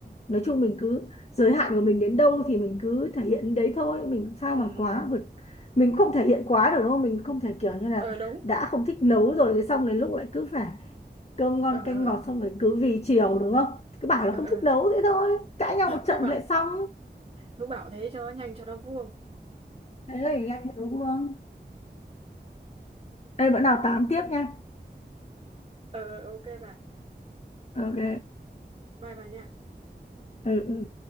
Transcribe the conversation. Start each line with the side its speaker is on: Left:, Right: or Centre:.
Left: nói chung mình cứ giới hạn của mình đến đâu thì mình cứ thể hiện đến đấy thôi mình sao
Right: ừ
Left: mà
Right: ừ
Left: quá vượt mình không thể hiện quá được đúng không mình không thể kiểu như là
Right: ờ đúng
Left: đã không thích nấu rồi thì xong đến lúc lại cứ phải cơm ngon
Right: ờ
Left: canh
Right: ờ ờ
Left: ngọt xong rồi cứ vì chiều đúng không cứ bảo
Right: ờ
Left: là không
Right: ờ.
Left: thích đấu thế thôi cãi nhau
Right: thật
Left: một trận
Right: cứ bảo
Left: lại xong
Right: cứ bảo thế cho nó nhanh cho nó vuông
Left: thế thì anh đúng không ê bữa nào tám tiếp nha
Right: Ờ, ờ, ok bà.
Left: ok
Right: Bye bà nha.
Left: ừ ừ